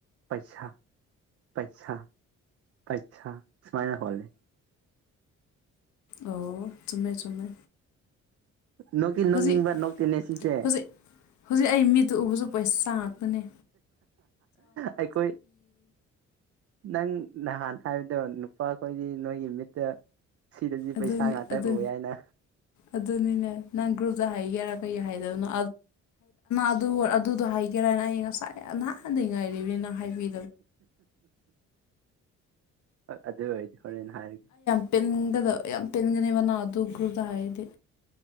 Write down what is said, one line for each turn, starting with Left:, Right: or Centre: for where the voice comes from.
Right: ꯄꯩꯁꯥ ꯄꯩꯁꯥ ꯄꯩꯁꯥ ꯁꯨꯃꯥꯏꯅ ꯍꯣꯟꯂꯦ
Left: ꯑꯣ ꯆꯨꯝꯃꯦ ꯆꯨꯝꯃꯦ
Right: ꯅꯣꯛꯇꯤ ꯅꯣꯛꯅꯤꯡꯕ
Left: ꯍꯧꯖꯤꯛ
Right: ꯅꯣꯛꯇꯦꯅꯦ ꯁꯤꯁꯦ
Left: ꯍꯧꯖꯤꯛ ꯍꯧꯖꯤꯛ ꯑꯩ ꯃꯤꯠꯇ ꯎꯕꯁꯨ ꯄꯩꯁ ꯉꯛꯇꯅꯦ
Right: ꯑꯩꯈꯣꯏ ꯅꯪ ꯅꯍꯥꯟ ꯍꯥꯏꯕꯗꯣ ꯅꯨꯄꯥꯈꯣꯏꯗꯤ ꯅꯣꯏꯒꯤ ꯃꯤꯠꯇ ꯁꯤꯗꯗꯤ
Left: ꯑꯗꯨꯅꯤ
Right: ꯄꯩꯁꯥ ꯉꯥꯛꯇꯪ
Left: ꯑꯗꯨ
Right: ꯎꯏ ꯍꯥꯏꯅ
Left: ꯑꯗꯨꯅꯤꯅꯦ ꯅꯪ ꯒ꯭ꯔꯨꯞꯇ ꯍꯥꯏꯒꯦꯔꯥ ꯀꯩ ꯍꯥꯏꯗꯕꯅꯣ ꯑꯗꯣ ꯑ ꯑꯗꯨꯗꯣ ꯍꯥꯏꯒꯦꯔꯥ ꯍꯥꯏꯅ ꯑꯩ ꯉꯁꯥꯏ ꯅꯍꯥꯟꯗ ꯉꯥꯏꯔꯤꯕꯅꯤꯅ ꯍꯥꯏꯕꯤ
Right: ꯑꯗꯨ ꯑꯣꯏꯔꯗꯤ ꯍꯣꯔꯦꯟ ꯍꯥꯏꯔꯒꯦ
Left: ꯄꯦꯟꯒꯗꯕ ꯌꯥꯝ ꯄꯦꯟꯒꯅꯤ ꯅꯪꯅ ꯑꯗꯨ ꯒ꯭ꯔꯨꯗ ꯍꯥꯏꯗꯤ